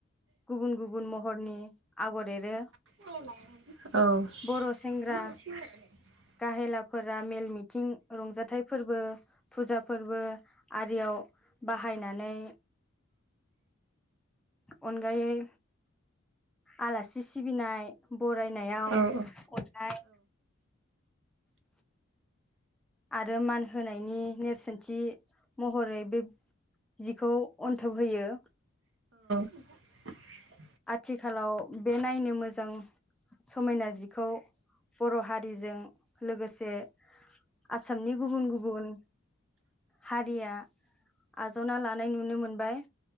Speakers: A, in the centre; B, on the right (about 60°).
A: गुबुन गुबुन महरनि आगर एरो
B: औ
A: बर' सेंग्रा गाहेलाफोरा मेल मिथिं रंजाथाइ फोरबो फुजा फोरबो आरियाव बाहायनानै अनगायै आलासि सिबिनाय फरायनायाव
B: औ औ
A: अननाय आरो मान होनायनि नेरसोनथि महरै बे जिखौ अन्थोब होयो
B: <unintelligible>
A: आथिखालाव बे नायनो मोजां समायना जिखौ बर' हारिजों लोगोसे आसामनि गुबुन गुबुन हारिया आजावना लानाय नुनो मोनबाय